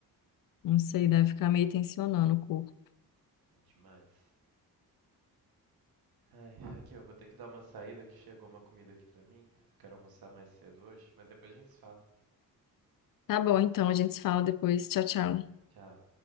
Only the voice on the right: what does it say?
É,
é demais. Ai, aqui eu vou ter que dar uma saída que chegou uma comida aqui pra mim, porque eu quero almoçar mais cedo hoje, mas depois a gente se fala.
Tchau.